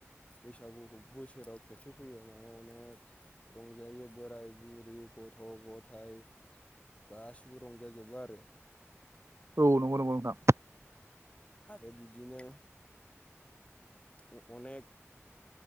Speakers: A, on the left (about 25°); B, on the right (about 65°).
A: बैसागुखौ बोसोराव खेबसे फैयो होननानै अनेक रंजायो बोराय बुरि गथ' गथाइ गासिबो रंजाजोबो आरो
B: औ नंगौ नंगौ नोंथां
A: आरो बिदिनो अ-अनेक